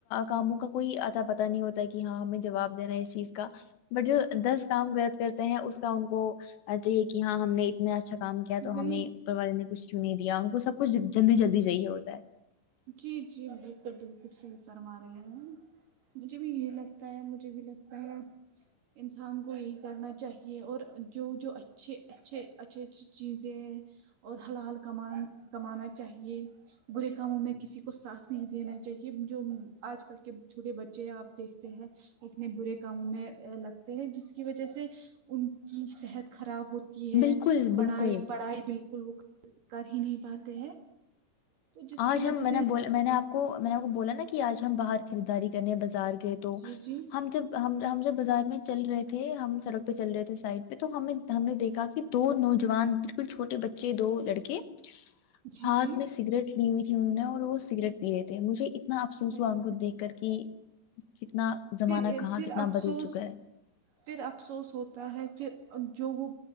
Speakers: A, on the left (about 70°); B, on the right (about 55°).
A: کاموں کا کوئی آتا پت نہیں ہوتا کہ ہاں ہمیں جواب دینا ہے اس چیز کا بٹ جو دس کام غلط کرتے ہیں اس کا ان کو چاہیے کہ ہاں ہم نے نے اچھا کام کیا تو
B: وہی
A: ہمیں اوپر والے نے کچھ کیوں نہیں دیا ان کو سب کچھ جلدی جلدی چاہیے ہوتا ہے
B: جی جی بالکل بالکل سح فرما رہے ہیں ن مجھے بھی یہی لگتا ہے مجھے بھی لگتا ہے انسان کو یہی کرنا چاہیے اور جو جو اچھے اچھے اچھے اچھی چیزیں اور حل حال کمان کمانا چاہیے برے کاموں میں کسی کو ساتھ نہیں دینا چاہیے جو آج کل کے چھوٹے بچے آپ دیکھتے ہیں اتنے برے کاموں میں لگتے ہیں جس کی وجہ سے ان کی صحت خراب ہوتی ہے
A: بالکل
B: پڑھائی
A: بالکل
B: پڑھائی بال بالکل وہ کر ہی نہیں پاتے ہیں تو جس
A: آج
B: کی وجہ
A: ہم میں
B: سے
A: نے میں نے آپ کو میں نے آپ کو بولا نا کہ آج ہم باہر خریداری کرنی ہیں بازار کی تو
B: جی جی
A: ہم جب ہم ہم جب بازار میں چل رہے تھے ہم سڑک پہ چل رہے تھے سائڈ پہ تو ہم ہم نے دیکھا کہ دو نوجوان بالکل چھوٹے بچے دو لڑکے
B: جی
A: ہاتھ
B: جی
A: میں سگریٹ لی ہوئی تھی انہوں نے اور وہ سگریٹ پی رہے تھے مجھے اتنا افسوس
B: ہائے
A: ہوا
B: ہائے۔
A: ان کو دیکھ کرک کتنا زمانہ
B: پھر
A: کہاں
B: پھر
A: کتنا
B: افسوس
A: بدل چکا ہے
B: پھر افسوس ہوتا ہے پھر جو وہ